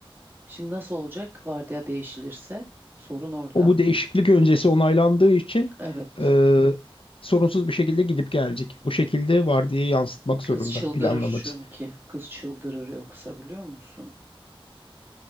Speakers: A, on the right (about 20°); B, on the left (about 65°).
A: Şimdi nasıl olacak vardiya değişilirse? Sorun orada.
B: O bu değişiklik öncesi onaylandığı için
A: Evet.
B: e, sorunsuz bir şekilde gidip gelecek. O şekilde vardiyayı yansıtmak zorunda
A: Kız çıldırır
B: planlaması.
A: çünkü. Kız çıldırır yoksa biliyor musun?